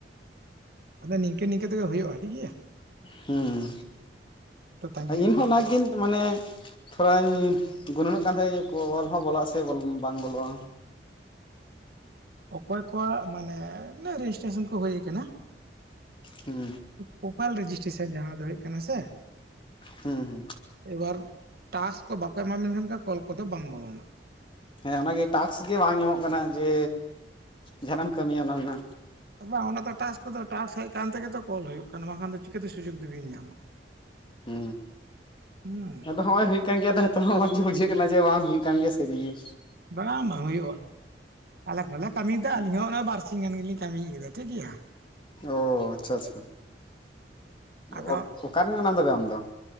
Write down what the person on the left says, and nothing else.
ᱦᱩᱸ
ᱟᱨ
ᱤᱧᱦᱚᱸ
ᱚᱱᱟᱜᱤᱧ ᱢᱟᱱᱮ ᱛᱷᱚᱲᱟᱧ ᱜᱩᱱᱟᱹᱱᱚᱜ ᱠᱟᱱ ᱛᱟᱦᱮᱸᱱᱟ ᱡᱮ ᱚᱞ ᱦᱚᱸ ᱵᱚᱞᱚᱜᱼᱟ ᱥᱮ ᱵᱟᱝ ᱵᱚᱞᱚᱜᱼᱟ
ᱦᱩᱸ
ᱦᱮᱸ ᱦᱮᱸ
ᱦᱮᱸ ᱚᱱᱟᱜᱮ ᱴᱟᱠᱟᱥ ᱜᱮ ᱵᱟᱝ ᱧᱟᱢᱚᱜ ᱠᱟᱱᱟ ᱡᱮ ᱡᱟᱦᱟᱱᱟᱜ ᱮᱢ ᱠᱟᱹᱢᱤᱭᱟ ᱚᱱᱟ ᱨᱮᱱᱟᱜ
ᱦᱩ
ᱟᱫᱚ ᱦᱚᱸᱜᱼᱚᱭ ᱦᱩᱭᱩᱜ ᱠᱟᱱ ᱜᱮᱭᱟ ᱛᱚ ᱛᱚ ᱢᱚᱡᱽ ᱜᱮ ᱵᱩᱡᱷᱟᱹᱜ ᱠᱟᱱᱟ ᱡᱮ ᱵᱟᱝ ᱦᱩᱭᱩᱜ ᱠᱟᱱ ᱜᱮᱭᱟ ᱥᱟᱹᱨᱤ ᱜᱮ
ᱚ ᱟᱪᱪᱷᱟ ᱟᱪᱪᱷᱟ
ᱚ ᱚᱠᱟ ᱨᱮᱱ ᱠᱟᱱᱟᱢ ᱛᱚᱵᱮ ᱟᱢ ᱫᱚ?